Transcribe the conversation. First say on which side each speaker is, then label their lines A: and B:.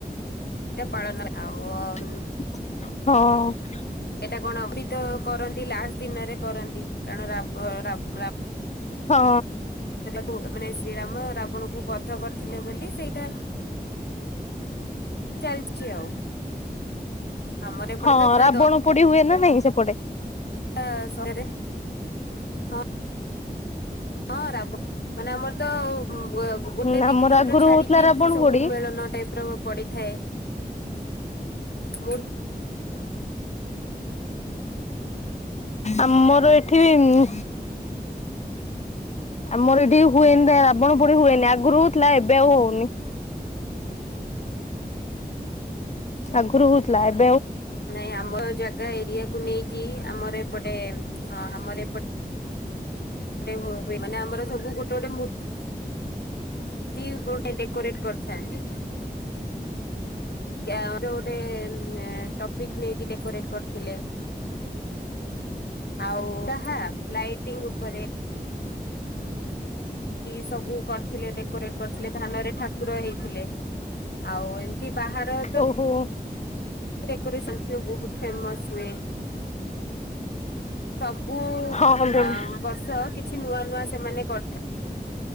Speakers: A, on the left (about 75°); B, on the left (about 45°).
A: ଏଟା ପାଳନ ଆଉଓଁ।
B: ହଁଅ
A: ଏଇଟା କଣ ହିତ କରନ୍ତି ଲାଷ୍ଟ ଦିନରେ କରନ୍ତି କାରଣ ରାବ ବଅ
B: ହଁ।
A: ଓ ମାନେ ଶ୍ରୀରାମ ରାବଣକୁ ବଦ୍ଧ କରିଥିଲେ ବୋଲି ସେଇଟା ଚାଲିଚି ଆଉ। ଆମର ଏପଟେ
B: ହଁ
A: ତ ପୁରା
B: ରାବଣ ପୋଡି ହୁଏ ନା ନାଇଁ ସେପଟେ?
A: ଆସ୍। <unintelligible> ହଁ। ହଁ ରାବ ମାନେ ଆମର ତ ଆଉ ଗୋଟେ
B: ହୁଁ
A: ୱା-ଦି
B: ଆମର
A: କିଲୋମିଟର
B: ଆଗରୁ
A: ଛାଡିକି
B: ହଉଥିଲା ରାବଣ
A: ଏମିତି ସବୁ
B: ପୋଡି
A: ମେଳନ ଟାଇପ ର ପଡ଼ିଥାଏ। ମୁଁଁ।
B: ଆମର ଏଠି ଇଁନ ଆମର ଏଠି ହୁଏନି ନାଇଁ ରାବଣ ପୋଡି ହୁଏନି ଆଗରୁ ହୋଉଥିଲା ଏବେ ଆଉ ହଉନି ଆଗୁରୁ ହୋଉଥି ପ୍ଲାନ
A: ନାଇଁ ଆମର ଜାଗା ଏରିଆକୁ ନେଇକି ଆମର ଏପଟେ ହଁ ଆମର ଏପ ଆରେ ହ <unintelligible> ମାନେ ଆମର ସବୁ ଗୋଟେ ଗୋଟେ ମୂ ର୍ତ୍ତି ମୂ ଡେକୋରେଟ କରିଥାନ୍ତି ଗାଁ ରେ ଗୋଟେ ଏ ଟପିକ ନେଇକି ଡେକୋରେଟ କରିଥିଲେ ଆଉ ଯହା ଲାଇଟିଙ୍ଗ ଉପରେ ସବୁ କର <unintelligible> ଥିଲେ ଡେକୋରେଟ୍ କରିଥିଲେ ଧାନରେ ଠାକୁର ହେଇଥିଲେ ଆଉ ଏମତି ବାହାର ତ
B: ଓହୋ
A: ଡେକୋରେସନ୍ ସେ ବୋହୁତ ଫେମସ୍ ହୁଏ ତବ୍ ମୁ
B: ହଁ
A: ଆଁ ବର୍ଷ କିଛି ନୂଆ ନୂଆ ସେମାନେ କରିଥା